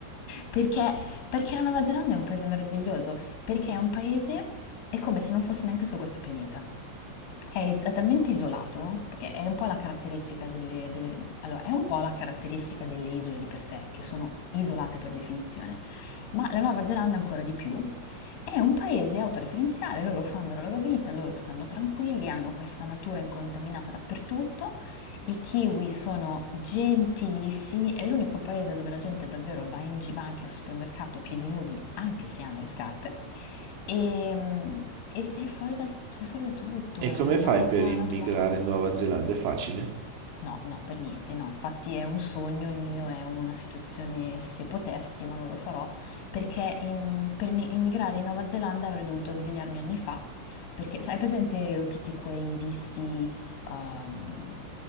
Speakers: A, on the left; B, on the right.
A: Perché? Perché la Nuova Zelanda è un paese meraviglioso, perché è un paese, è come se non fosse neanche su questo pianeta. È, is- è talmente isolato, perché è un po' la caratteristica delle, delle- allora, è un po' la caratteristica delle isole di per sé, che sono isolate per definizione, ma la Nuova Zelanda ancora di più, è un paese autoreferenziale, loro fanno la loro vita, loro stanno tranquilli, hanno questa natura incontaminata dappertutto. I kiwi sono gentilissimi, è l'unico paese dove la gente davvero va in giro, anche al supermercato a piedi nudi, anche se hanno le scarpe, e, e sei fuori dal- sei fuori da tutto,
B: E
A: è
B: come
A: una
B: fai
A: realtà
B: per immigrare
A: naturale.
B: in Nuova Zelanda? È facile?
A: No, no, per niente, no, infatti è un sogno, il mio è una situazione, se potessi, ma non lo farò, perché in- per mi- immigrare in Nuova Zelanda avrei dovuto svegliarmi anni fa, perché sai, hai presente tutti quei visti ehm,